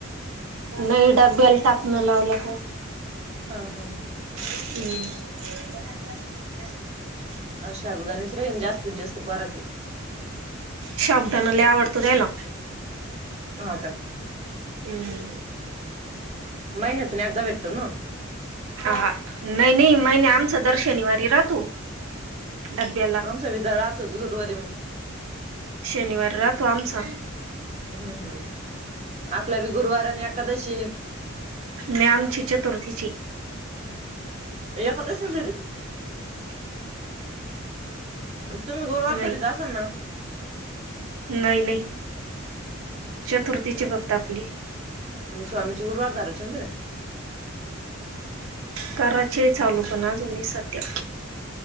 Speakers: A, on the right; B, on the right.
A: न डबबेल टाकण लावलं तर
B: हा हा हा
A: हम्
B: अशा बुधा आणिस येन जास्त जास्त परत
A: शाब्दानाला आवडतो त्याला
B: ह का
A: हम्म
B: माहिन तु एकदा भेटतो ना
A: ह नाही नाही मै आमचा दर शनिवारी राह तू डब्याला
B: आमचा विदा राहतोच गुरुवारी मग.
A: शनिवार राहतो आमचा
B: हम्म हम्म आपला बी गुरुवार आणि एकादशी
A: न्याम चि चतुर्थचीचे
B: या कता अस ना घर तुम्ही गुरवार
A: नाही
B: धरीत असाल ना
A: नाही नाही चतुर्थीची बापत आपली
B: म स्वामीचे गुरवार दार अन
A: कराचे चालू पण जुनी सत्या